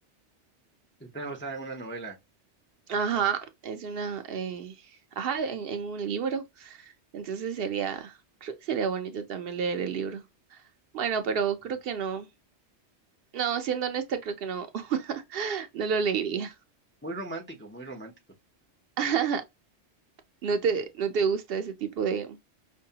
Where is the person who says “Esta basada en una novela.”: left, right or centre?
Left